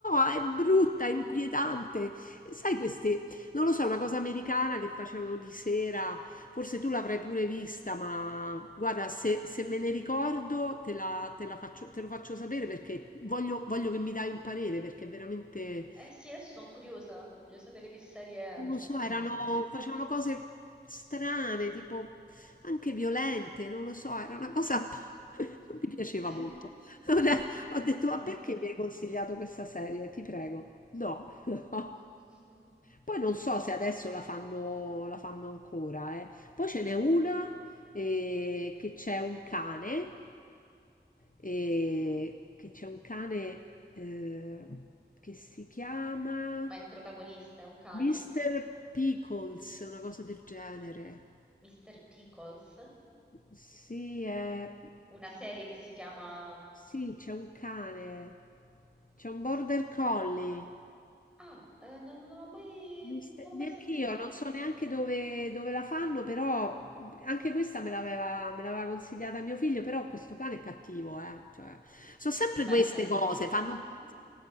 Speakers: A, on the left (about 50°); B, in the centre.
A: no, è brutta, è inquietante. Sai queste, non lo so, una cosa americana che facevano di sera. Forse tu l'avrai pure vista, ma guarda, se, se me ne ricordo te la, te la faccio, te lo faccio sapere perché voglio, voglio che mi dai un parere perché è veramente
B: Eh sì, adesso sono curiosa. Voglio sapere che serie
A: non
B: è, perché...
A: lo so, erano, facevano cose strane, tipo anche violente, non lo so, era una cosa un po'- <laughs> non mi piaceva
B: <laughs>
A: molto. Allora, ho detto, ma
B: Ok.
A: perché mi hai consigliato questa serie? Ti prego. No. <laughs>
B: <laughs>
A: Poi non so se adesso la fanno, la fanno ancora, eh. Poi ce n'è una eh, che c'è un cane, eh, che c'è un cane eh, che si chiama...
B: Ma il protagonista è un cane?
A: Mr. Pickles, una cosa del genere.
B: Mr. Pickles,
A: Sì, è... è-
B: una serie che si chiama...
A: sì, c'è un cane, c'è un border collie.
B: Ah, eh, non, non l'ho mai...
A: Mi
B: non
A: ste-
B: l'ho
A: Neanch'io,
B: mai sentita.
A: non so neanche dove, dove la fanno, però mh, anche questa me l'aveva me l'aveva consigliata mio figlio, però questo cane è cattivo, eh. Cioè, sono sempre
B: Beh,
A: queste
B: certo.
A: cose, fanno...
B: <laughs>